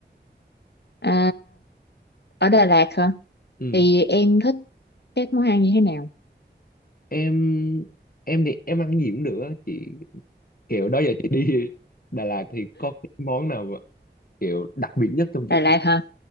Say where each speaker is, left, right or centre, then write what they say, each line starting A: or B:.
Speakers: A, on the left (about 65°); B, on the left (about 55°).
A: À, ở Đà Lạt hả
B: Ừ.
A: thì em thích các món ăn như thế nào
B: Em em thì em ăn gì cũng được á chị kiểu đó giờ chị đi <laughs> Đà Lạt thì có cái món nào mà kiểu đặc biệt nhất trong
A: Đà
B: chị?
A: Lạt hả